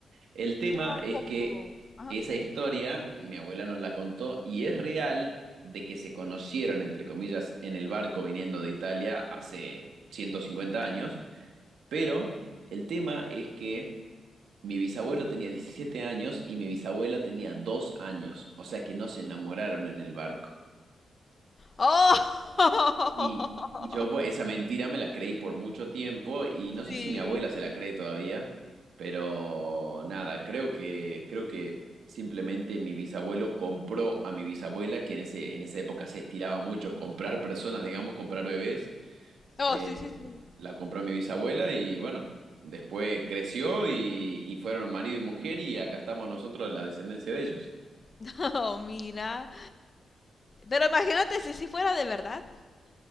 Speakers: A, on the right; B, on the left.
A: El tema
B: A
A: es
B: poco.
A: que
B: Ajá.
A: esa historia, mi abuela nos la contó y es real de que se conocieron, entre comillas, en el barco viniendo de Italia hace 150 años, pero el tema es que Mi bisabuelo tenía 17 años y mi bisabuela tenía 2 años, o sea que no se enamoraron en el barco.
B: ¡Oh! <laughs>
A: Y, y yo pues, esa mentira me la creí por mucho tiempo y no sé
B: Sí.
A: si mi abuela se la cree todavía, pero nada, creo que, creo que simplemente mi bisabuelo compró a mi bisabuela, que en ese, en esa época se estiraba mucho comprar personas, digamos, comprar bebés.
B: Oh,
A: Eh,
B: sí, sí, sí.
A: la compró mi bisabuela y bueno, después creció y, y fueron marido y mujer y acá estamos nosotros, la descendencia de ellos.
B: <laughs> Oh, mira. Pero imagínate si sí fuera de verdad.